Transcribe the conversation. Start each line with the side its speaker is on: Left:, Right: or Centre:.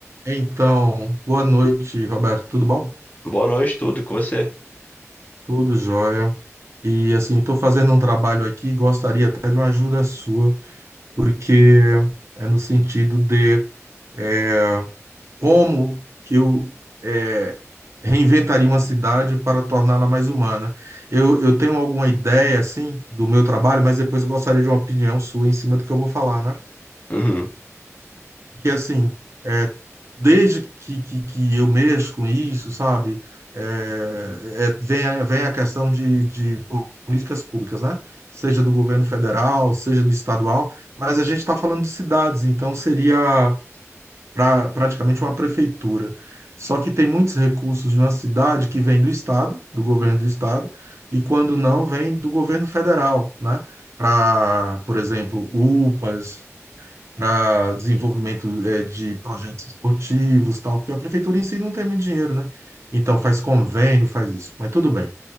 Right: Então, boa noite, Roberto. Tudo bom?
Left: Boa noite, tudo com você.
Right: Tudo jóia. E assim, estou fazendo um trabalho aqui, gostaria até de uma ajuda sua, porque é no sentido de é, como que eu eh, reinventaria uma cidade para torná-la mais humana. Eu, eu tenho alguma ideia, assim, do meu trabalho, mas depois eu gostaria de uma opinião sua em cima do que eu vou falar, né?
Left: Uhum,
Right: que assim, é, desde que, que, que eu mexo com isso, sabe? É, é, vem, a, vem a questão de, de políticas públicas, né? Seja do governo federal, seja do estadual, mas a gente está falando de cidades, então seria pra, praticamente uma prefeitura. Só que tem muitos recursos de uma cidade que vem do estado, do governo do estado, e quando não, vem do governo federal, né? Para, por exemplo, UPAs, para desenvolvimento eh, de projetos esportivos, tal, porque a prefeitura em si não tem muito dinheiro, né? Então faz convênio, faz isso, mas tudo bem.